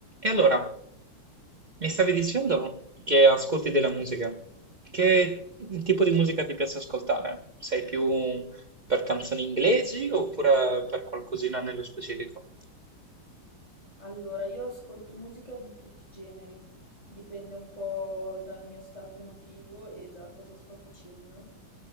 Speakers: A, on the right; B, on the left.
A: E allora, mi stavi dicendo che ascolti della musica. Che tipo di musica ti piace ascoltare? Sei più per canzoni inglesi oppure per qualcosina nello specifico?
B: Allora, io ascolto musica di tutti i generi, dipende un po' dal mio stato emotivo e da cosa sto facendo,